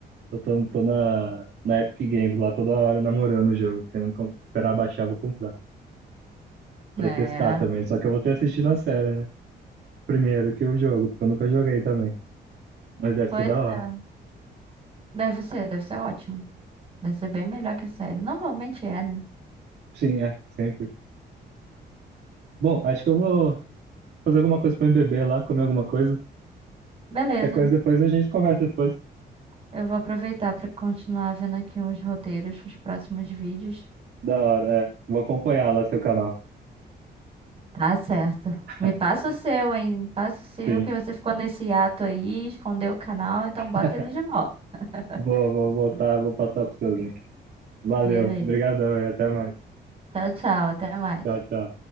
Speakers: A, on the right; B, on the right.
A: eu tô, tô na, na Epic Games lá toda hora namorando o jogo, querendo com- esperar baixar, vou comprar, pra
B: É,
A: testar também. Só que eu vou ter assistido a série, né? Primeiro que o jogo, porque eu nunca joguei também. Mas deve
B: pois
A: ser da hora.
B: é. Deve ser, deve ser ótimo. Deve ser bem melhor que a série. Normalmente é, né?
A: Sim, é, sempre. Bom, acho que eu vou. fazer alguma coisa pra mim beber lá, comer alguma coisa.
B: Beleza.
A: Qualquer coisa depois a gente conversa depois.
B: Eu vou aproveitar pra continuar vendo aqui uns roteiros pros próximos vídeos.
A: Da hora, é. Vou acompanhar lá seu canal.
B: Tá certo.
A: <laughs>
B: Me passa o seu, hein? Me passa o seu,
A: Sim.
B: que você ficou nesse ato aí, escondeu o canal, então
A: <laughs>
B: bota ele de volta. <laughs>
A: Vou, vou voltar, vou passar pro seu link. Valeu,
B: Beleza.
A: obrigadão e até mais.
B: Tchau, tchau. Até mais.
A: Tchau, tchau.